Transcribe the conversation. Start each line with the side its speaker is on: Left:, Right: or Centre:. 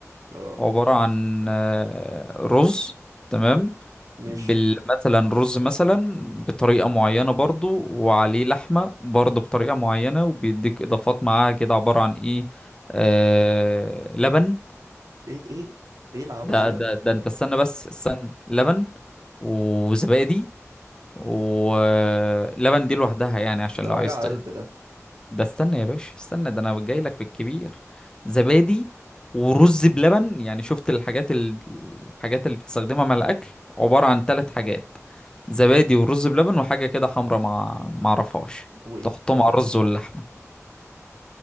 Right: اه
Left: عبارة عن آه، رز تمام
Right: مش
Left: بال مثلا رز مثلا بطريقة معينة برضو وعليه لحمة برضو بطريقة معينة وبيديك إضافات معاها كده عبارة عن إيه آه لبن
Right: ايه ايه ايه العبث
Left: ده
Right: ده
Left: ده ده أنت استنى بس استنى لبن وزبادي ولبن دي لوحدها يعني عشان
Right: ده
Left: لو
Right: وجع
Left: عايز ت-
Right: قلب ده
Left: ده استنى يا باشا استنى ده انا جاي لك في الكبير زبادي ورز بلبن يعني شفت الحاجات ال- الحاجات اللي بتستخدمها مع الاكل عبارة عن ثلاث حاجات زبادي ورز بلبن وحاجة كده حمرا مع ما اعرفهاش
Right: وايه
Left: تحطهم على الرز واللحمة